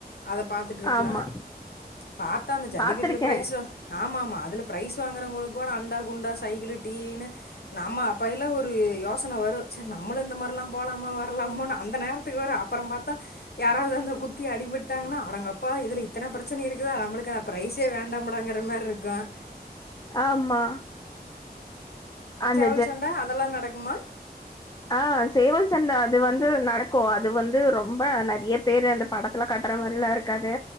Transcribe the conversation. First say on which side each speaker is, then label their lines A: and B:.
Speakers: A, on the left; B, on the left.
A: அதை பாத்துட்டு இருக்கலாம்
B: ஆமா
A: பாத்தா அந்த ஜல்லிக்கட்டுல
B: பாத்திருக்கே
A: பிரைஸும் ஆமாம் ஆமாம் அதில் ப்ரைஸ் வாங்குறவங்களுக்கு கூட அண்டா குண்டா சைக்கிள் டிவின்னு நம்ம அப்பையல்லாம் ஒரு யோசனை வரும் சரி நம்ளும் இந்த மாதிரிலாம் போகலாமா வரலாமோனு அந்த நேரத்துக்கு வேற அப்புறம் பாத்தா யாராவது அந்த குத்தி அடிபட்டாங்கன்னா அடங்கப்பா இதில் எத்தனை பிரச்சனை இருக்குதா நம்மளுக்கு ப பிரைஸே வேண்டாமடாங்குற மாரி இருக்கும்
B: ஆமா அந்த
A: சண்ட அதெல்லாம் நடக்கு மா
B: ஆஹ் சேவல் சண்டை அது வந்து நடக்கும் அது வந்து ரொம்ப நெறைய பேர் அந்த படத்துல கட்டுற மாரி எல்லா இருக்காது